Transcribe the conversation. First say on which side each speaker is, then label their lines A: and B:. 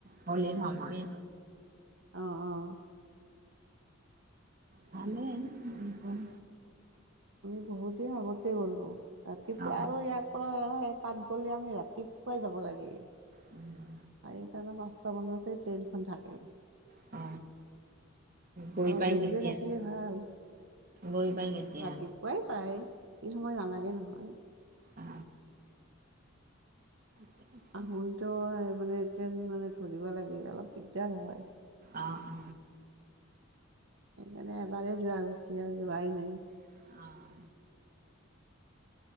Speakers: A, on the right; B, on the right.
A: হলিত ধেমালি
B: অ, অ, ভাল
A: ভালেই,
B: লাগে
A: উম, উম, উম,
B: আমি বহুত দিন আগতে গলোঁ, ৰাতিপুৱা
A: অ
B: আৰু ইয়াৰ তাত গ'লে আমি, ৰাতিপুৱাই যাব লাগে।
A: উম,
B: চাৰিটা নে, পাঁচটা বজাতে ট্ৰেইনখন থাকে।
A: অ, গৈ
B: অলপ,
A: পাই
B: দেৰিকৈ
A: কেতিয়া
B: থাকিলে ভাল,
A: গৈ পাই কেতিয়া
B: ৰাতিপুৱা পোৱাই পাই, বেছি সময় নালাগে নহয়।
A: অ ঠিকে আছে
B: আহোনতো মানে ট্ৰেইন মানে, ধৰিব লাগে অলপ দিগদাৰ হয়।
A: অ, অ,
B: সেইকাৰণে এবাৰেই যোৱা গৈছি আৰু যোৱাই নাই।
A: অ,